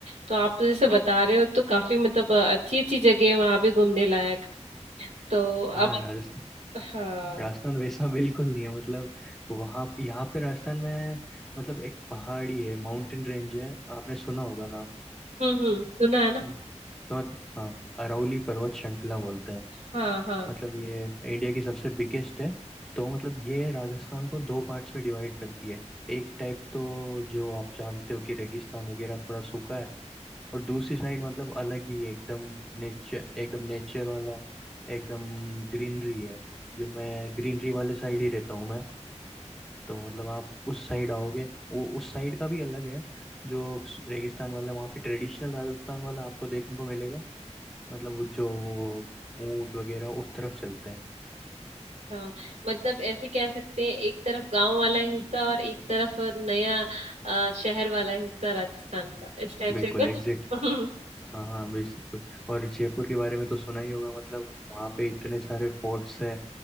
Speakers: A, on the right; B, in the centre.
A: तो आप तो जैसे बता रहे हो तो काफी मतलब अच्छी अच्छी जगह है वहां भी घूमने लायक तो अब
B: हाँ राजस्थान
A: हाँ
B: राजस्थान वैसा बिल्कुल नहीं है मतलब वहाँ यहाँ पे राजस्थान में मतलब एक पहाड़ी है माउंटेन रेंज है आपने सुना होगा नाम
A: हम्म हम्म सुना है ना
B: हम्म, तो हाँ अरावली पर्वत श्रृंखला बोलते हैं
A: हाँ हाँ
B: मतलब ये इंडिया की सबसे बिगेस्ट है तो मतलब ये राजस्थान को दो पार्ट्स में डिवाइड करती है एक टाइप तो जो आप जानते हो कि रेगिस्तान वगैरह थोड़ा सूखा है और दूसरी साइड मतलब अलग ही है, एकदम नेचर एकदम नेचर वाला एकदम ग्रीनरी है जो मैं ग्रीनरी वाले साइड ही रहता हूँ मैं तो मतलब आप उस साइड आओगे वो उस साइड का भी अलग है जो रेगिस्तान वाला है। वहाँ पे ट्रेडिशनल राजस्थान वाला आपको देखने को मिलेगा मतलब वो जो वो ऊंट वगैरह उस तरफ चलता है
A: हाँ मतलब ऐसे कह सकते हैं एक तरफ गांव वाला हिस्सा और एक तरफ नया अ, शहर वाला हिस्सा राजस्थान का इस टाइप
B: बिल्कुल
A: से कुछ
B: एग्जैक्टली
A: <laughs>
B: हाँ हाँ बिल्कुल और जयपुर के बारे में तो सुना ही होगा मतलब वहाँ पे इतने सारे फोर्ट्स है